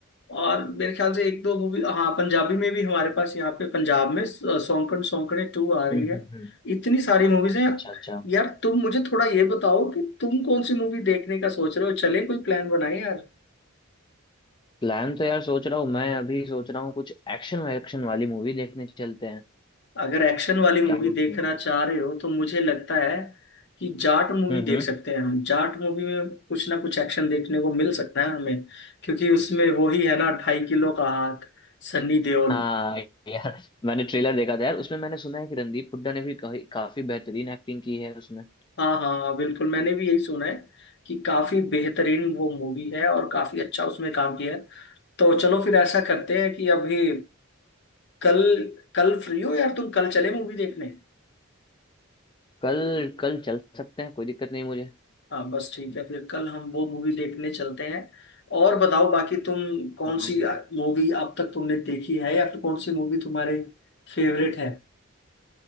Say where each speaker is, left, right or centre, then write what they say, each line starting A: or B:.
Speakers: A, on the left (about 55°); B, on the left (about 20°).
A: और मेरे ख्याल से एक दो मूवी हाँ पंजाबी में भी हमारे पास यहाँ पे पंजाब में सौंकन सौंकने टू आ रही
B: हम्म
A: है
B: हम्म, हम्म।
A: इतनी सारी मूवीज हैं
B: अच्छा अच्छा
A: यार तुम मुझे थोड़ा ये बताओ कि तुम कौन सी मूवी देखने का सोच रहे हो चले कोई प्लान बनाए यार
B: प्लान तो यार सोच रहा हूँ मैं अभी सोच रहा हूँ कुछ एक्शन वैक्शन वाली मूवी देखने चलते हैं
A: अगर एक्शन वाली मूवी
B: क्या बोलते
A: देखना
B: हो
A: चाह रहे हो तो मुझे लगता है कि जाट मूवी
B: हम्म
A: देख
B: हम्म
A: सकते हैं हम जाट मूवी में कुछ ना कुछ एक्शन देखने को मिल सकता है हमें क्योंकि उसमें वो ही है ना ढाई किलो का हाथ सन्नी देओल
B: हाँ यार मैंने ट्रेलर देखा था यार उसमें मैंने सुना है कि रणदीप हुड्डा ने भी कही- काफी बेहतरीन एक्टिंग की है उसमें
A: हाँ हाँ हाँ, बिल्कुल मैंने भी यही सुना है कि काफी बेहतरीन वो मूवी है और काफी अच्छा उसमें काम किया है तो चलो फिर ऐसा करते हैं कि अभी कल कल फ्री हो यार तुम कल चले मूवी देखने
B: कल कल चल सकते हैं कोई दिक्कत नहीं मुझे
A: हाँ बस ठीक है फिर कल हम वो मूवी देखने चलते हैं और बताओ बाकी तुम कौन
B: हाँ
A: सी
B: हाँ
A: मूवी अब तक तुमने देखी है या फिर कौन सी मूवी तुम्हारे फेवरेट है